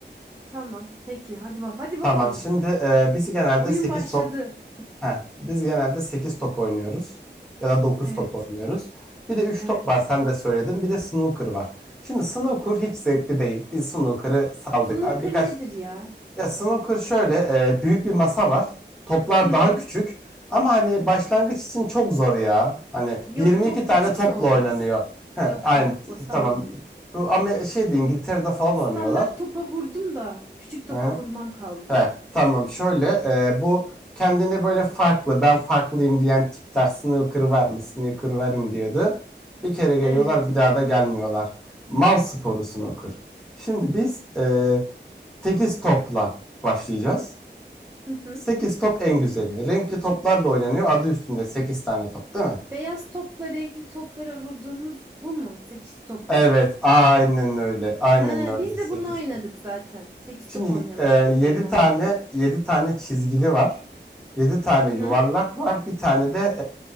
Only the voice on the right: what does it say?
Tamam. Peki. Hadi bak. Hadi
bakalım.
Oyun
başladı.
Evet.
Evet.
Snooker
nedir ya?
Hı
hı.
Yok
top
küçükse
olmaz.
Yok yok basal
onu.
Standart topa vurdum da küçük topa
vurmam kaldı.
Evet.
Hı hı.
Beyaz topla renkli toplara vurduğumuz bu mu? Sekiz top
mu?
He,
biz
de bunu oynadık
zaten. Sekiz
top oynamışım
haberim
olmadan.
Hı hı.